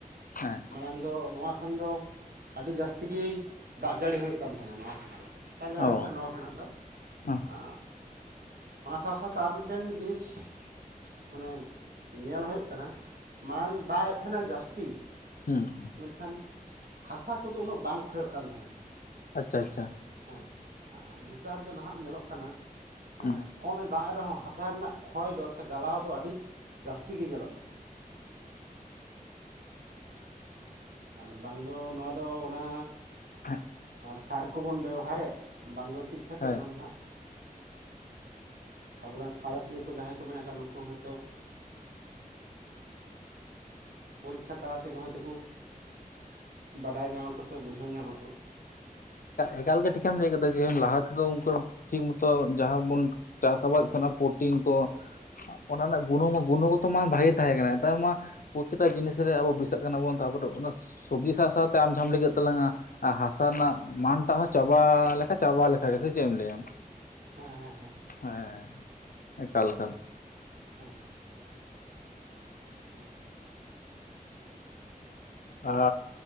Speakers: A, on the left; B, on the right.
A: ᱦᱮᱸ
B: ᱢᱟᱲᱟᱝ ᱫᱚ ᱱᱚᱣᱟ ᱠᱷᱚᱱ ᱫᱚ ᱟᱹᱰᱤ ᱡᱟᱹᱥᱛᱤ ᱜᱮ ᱫᱟᱜ ᱡᱟᱹᱲᱤ ᱦᱩᱭᱩᱜ ᱠᱟᱱ ᱛᱟᱦᱮᱸᱱᱟ ᱱᱚᱣᱟ ᱠᱷᱚᱱ ᱪᱮᱛᱟᱨ ᱡᱟᱦᱟᱸ
A: ᱚ
B: ᱦᱩᱭᱩᱜ ᱠᱟᱱᱟ ᱱᱚᱣᱟ ᱠᱷᱚᱱᱟᱜ ᱫᱚ
A: ᱦᱩᱸ
B: ᱮ ᱚᱱᱟ ᱥᱟᱶ ᱥᱟᱶᱛᱮ ᱟᱨ ᱢᱤᱫᱴᱮᱱ ᱡᱤᱱᱤᱥ ᱢᱟᱱᱮ ᱧᱮᱞ ᱦᱩᱭᱩᱜ ᱠᱟᱱᱟ ᱢᱟᱲᱟᱝ ᱫᱟᱜ ᱮᱫ ᱛᱟᱦᱮᱱᱟ ᱡᱟᱹᱥᱛᱤ
A: ᱦᱩᱸ
B: ᱢᱮᱱᱠᱷᱟᱱ ᱦᱟᱥᱟ ᱠᱚᱫᱚ ᱩᱱᱟᱹᱜ ᱵᱟᱝ ᱠᱷᱚᱭᱚᱜ ᱠᱟᱱ ᱛᱟᱦᱮᱱᱟ
A: ᱟᱪᱪᱷᱟ ᱟᱪᱪᱷᱟ
B: ᱦᱮᱸ ᱟᱨ ᱱᱮᱛᱟᱨ ᱫᱚ ᱱᱟᱦᱟᱜ ᱧᱮᱞᱚᱜ ᱠᱟᱱᱟ ᱦᱮᱸ
A: ᱦᱩᱸ
B: ᱠᱚᱢ ᱫᱟᱜ ᱨᱮᱦᱚᱸ ᱦᱟᱥᱟ ᱨᱮᱱᱟᱜ ᱠᱷᱚᱭ ᱫᱚ ᱥᱮ ᱜᱟᱞᱟᱣ ᱫᱚ ᱟᱹᱰᱤ ᱡᱟᱹᱥᱛᱤ ᱜᱮ ᱧᱮᱞᱚᱜ ᱠᱟᱱᱟ ᱟᱫᱚ ᱵᱟᱝ ᱫᱚ ᱱᱚᱣᱟ ᱫᱚ ᱚᱱᱟ
A: ᱦᱮ
B: ᱥᱟᱨ ᱠᱚᱵᱚᱱ ᱵᱮᱣᱦᱟᱨᱮᱫ ᱵᱟᱝ ᱫᱚ ᱪᱮᱫ ᱠᱷᱟᱹᱛᱤᱨ
A: ᱦᱳᱭ
B: ᱚᱱᱟ ᱫᱚ ᱦᱟᱸᱜ ᱟᱵᱚᱨᱮᱱ ᱥᱟᱬᱮᱥᱤᱭᱟᱹᱤᱭᱟᱹ ᱠᱚ ᱡᱟᱦᱟᱸᱭ ᱠᱚ ᱢᱮᱱᱟᱜ ᱠᱚᱟᱜ ᱱᱩᱠᱩ ᱦᱚᱭᱛᱳ ᱯᱚᱨᱤᱠᱠᱷᱟ ᱛᱟᱞᱟ ᱛᱮᱜᱮ ᱦᱳᱭᱛᱳᱠᱚ ᱵᱟᱰᱟᱭ ᱧᱟᱢᱟ ᱟᱠᱚ ᱥᱮ ᱵᱩᱡᱷᱟᱹᱣ ᱧᱟᱢ ᱟᱠᱚ
A: ᱮᱠᱟᱞᱜᱮ ᱴᱷᱤᱠᱮᱢ ᱞᱟᱹᱭ ᱠᱟᱫᱟ ᱡᱮ ᱞᱟᱦᱟ ᱛᱮᱫᱚᱠᱩ ᱴᱷᱤᱠ ᱢᱚᱛᱚ ᱡᱟᱦᱟᱸ ᱵᱚᱱ ᱪᱟᱥ ᱟᱵᱟᱫᱮᱫ ᱛᱟᱦᱮᱱᱟ ᱯᱨᱚᱴᱤᱱ ᱠᱚ ᱚᱱᱟ ᱨᱮᱱᱟᱜ ᱜᱩᱱᱚᱢ
B: ᱦᱮᱸ
A: ᱜᱩᱱᱚᱜᱚᱛᱚ ᱢᱟ ᱵᱷᱟᱜᱮ ᱛᱟᱦᱮᱸ ᱠᱟᱱᱟ ᱱᱮᱛᱟᱨ ᱢᱟ ᱯᱨᱚᱛᱤᱴᱟ ᱡᱤᱱᱤᱥ ᱟᱵᱚ ᱵᱤᱥᱟᱜ ᱠᱟᱱᱟ ᱵᱚᱱ ᱛᱟᱯᱚᱨᱮ ᱚᱱᱟ ᱥᱚᱵᱡᱤ ᱥᱟᱶ ᱥᱟᱶᱛᱮ ᱟᱢ ᱡᱟᱦᱟᱸᱢ ᱞᱟᱹᱭ ᱛᱟᱞᱟᱝᱟ ᱦᱟ ᱨᱮᱱᱟᱜ ᱢᱟᱱᱴᱟᱜ ᱦᱚᱸ ᱪᱟᱵᱟ ᱞᱮᱠᱟ ᱪᱟᱵᱟ ᱞᱮᱠᱟ ᱜᱮ ᱥᱮ ᱪᱮᱫ ᱮᱢ ᱞᱟᱹᱭᱟ
B: ᱦᱮᱸ ᱦᱮᱸ ᱦᱮᱸ
A: ᱦᱮᱸ ᱮᱠᱟᱞ ᱮᱠᱟᱞ
B: ᱦᱮᱸ ᱦᱩᱸ
A: ᱚ